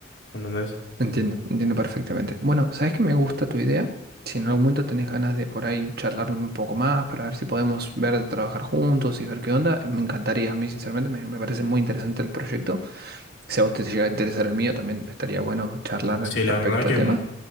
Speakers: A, on the left; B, on the right.
A: ¿entendés?
B: Entiendo, entiendo perfectamente. Bueno, ¿sabes que me gusta tu idea? Si en algún momento tenés ganas de por ahí charlar un poco más para ver si podemos ver de trabajar juntos y ver qué onda, me encantaría. A mí, sinceramente, me, me parece muy interesante el proyecto. Si a vos te llega a interesar el mío, también estaría bueno charlar
A: Sí,
B: respecto
A: la verdad que
B: al
A: m-
B: tema.